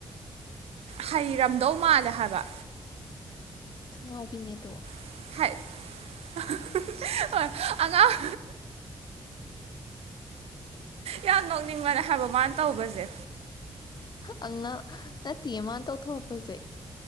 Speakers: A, on the right; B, on the left.
A: ꯍꯩꯔꯝꯗꯧ ꯃꯥꯜꯂꯦ ꯍꯥꯏꯕ
B: <unintelligible> ꯊꯨ ꯉꯥꯎꯕꯤꯅꯦ ꯑꯗꯣ
A: <unintelligible> ꯍꯥꯏꯠ ꯑꯍꯥ ꯍꯥ ꯍꯣꯏ ꯑꯉꯥꯡ꯫ ꯌꯥꯝ ꯅꯣꯛꯅꯤꯡꯕꯅꯦ ꯍꯥꯏꯕ ꯃꯥꯅ ꯇꯧꯕꯁꯦ
B: ꯑꯉꯥꯡ ꯅꯠꯇꯦ ꯃꯥ ꯇꯧꯊꯣꯛ꯫ ꯄꯖꯦ꯫